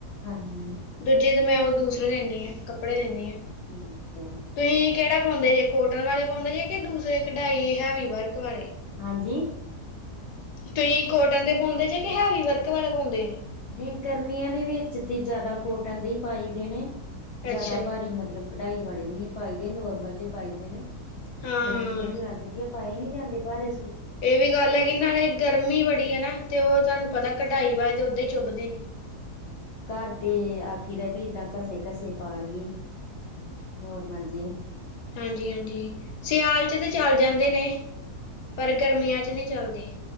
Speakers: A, on the left; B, on the left.
A: ਹਾਂਜੀ।
B: ਦੂਜੇ ਤੇ ਮੈਂ ਉਹ ਦੂਰੇ ਲੈਂਨੀ ਆ, ਕੱਪੜੇ ਲੈਂਨੀ ਹਾਂ।
A: ਠੀਕ ਹੈ।
B: ਤੁਸਹੀ ਕਿਹੜਾ ਪਾਉਂਦੇ ਜੇ, ਕੋਟਨ ਵਾਲੇ ਪਾਉਂਦੇ ਜੇ ਕਿ ਦੂਸਰੇ ਕਢਾਈ ਹੈਵੀ ਵਰਕ ਵਾਲੇ?
A: ਹਾਂਜੀ।
B: ਤੁਹੀ ਕੋਟਨ ਦੇ ਪਾਉਂਦੇ ਜੇ ਕਿ ਹੈਵੀ ਵਰਕ ਬੇ ਪਾਉਂਦੇ?
A: ਨਹੀਂ ਗਰਮੀਆਂ ਦੇ ਵਿੱਚ ਤੇ ਜ਼ਿਆਦਾ ਕੋਟਨ ਦੇ ਪਾਈ ਦੇਣੇ, ਜਾਦਾ
B: ਅੱਛਾ
A: ਪਾਰੀ ਮਤਲਬ ਕਢਾਈ ਵਾਲੇ ਵੀ ਨੀ ਪਾਈਦੇ ਨੋਰਮਲ ਜੇ ਪਾਈ ਦੇ ਨੇ,
B: ਹਾਂ
A: ਗਰਮੀ
B: ਹਾਂ
A: ਬੜੀ ਲੱਗਦੀ ਪਾਏ ਨੀ ਜਾਂਦੇ ਪਾਰੇ
B: ਇਹ ਵੀ ਗੱਲ ਐ ਕਿ ਨਾਲੇ ਗਰਮੀ ਬੜੀ ਐ ਨਾ ਤੇ ਉਹ ਤੁਹਾਨੂੰ ਪਤਾ ਕਢਾਈ ਵਏ ਤੇ ਓਦਾਂ ਹੀ ਚੁੱਭਦੇ ਨੇ।
A: ਕਾਰ ਤੇ ਆਖੀਦਾ ਵੀ ਇਦਾਂ ਘਸੇ ਘਸੇ ਪਾ ਲਈਏ। ਨੋਰਮਲ ਜੀ।
B: ਹਾਂਜੀ-ਹਾਂਜੀ, ਸਿਆਲ ਚ ਤਾਂ ਚੱਲ ਜਾਂਦੇ ਨੇ। ਪਰ ਗਰਮੀਆਂ ਚ ਨਹੀਂ ਚੱਲਦੇ।